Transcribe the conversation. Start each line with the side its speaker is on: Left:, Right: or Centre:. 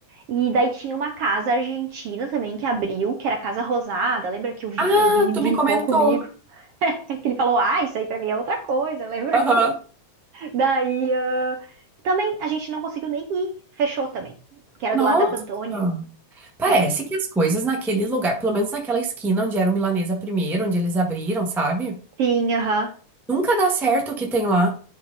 Right: E daí tinha uma casa argentina também que abriu, que era a Casa Rosada. Lembra que o, Vi-
Centre: Ah,
Right: o Vini
Centre: tu
Right: brincou
Centre: me comentou.
Right: comigo? <laughs> Que ele falou, ah, isso aí pra mim é outra coisa, lembra?
Centre: Aham.
Right: Daí ah, também a gente não conseguiu nem ir, fechou também, que era
Centre: Nossa.
Right: do lado da Cantone.
Centre: Ah. Parece
Right: É,
Centre: que as coisas naquele lugar, pelo menos naquela esquina onde era o Milanesa primeiro, onde eles abriram, sabe?
Right: sim, aham.
Centre: Nunca dá certo o que tem lá.